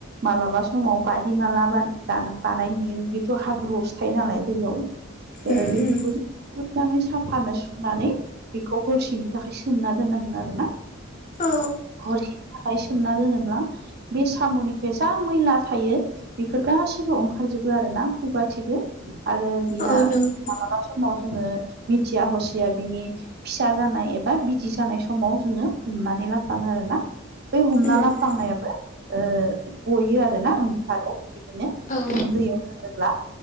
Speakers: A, on the right; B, on the left.
A: मालाबा समाव बादि माला बानाय नुयो बेथ' हाब्रुआवसो थायो नालाय दैयाव। ओ
B: उम
A: बेफोरखौ
B: उम
A: जों मोजाङै साफानो सुनानै बेखौ हरसेनि थाखाय सोमना दोननांगोन आरोना।
B: औ
A: हरसेनि थाखाय सोमना दोनोब्ला बे साम'निफ्राय जा मैला थायो बेफोर गासैबो ओंखारजोबो आरोना खुगाथिबो आरो बिया
B: औ नंगौ
A: मालाबा समाव जोङो मिथिया हसिया बिनि फिसा जानाय एबा बिदि जानाय समाव जोङो हमनानै लाफ्लाङो आरोना। बे हमना
B: उम
A: लाफ्लांनायाबो
B: उम
A: ओ गयो आरोना। आरो बिदिनो
B: औ
A: जों दैयाव गारोब्ला